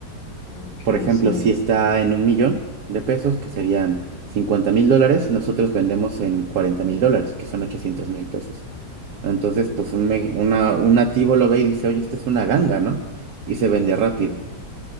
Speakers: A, on the left; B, on the right.
A: Ok,
B: Por ejemplo,
A: sí.
B: si está en un millón de pesos, que serían cincuenta mil dólares, nosotros vendemos en cuarenta mil dólares, que son ochocientos mil pesos. Entonces,
A: Mm,
B: pues un, me- una, un nativo lo ve y dice, oye, esta es una ganga, ¿no? Y se vende rápido.